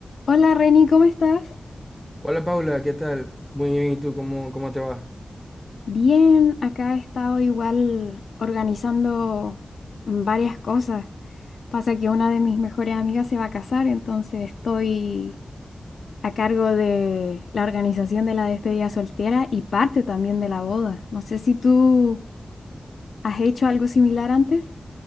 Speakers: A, on the left; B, in the centre.
A: Hola Reni, ¿cómo estás?
B: Hola Paula, ¿qué tal? Muy bien, ¿y tú cómo, cómo te va?
A: Bien, acá he estado igual organizando varias cosas. Pasa que una de mis mejores amigas se va a casar, entonces estoy a cargo de la organización de la despedida soltera y parte también de la boda. No sé si tú has hecho algo similar antes.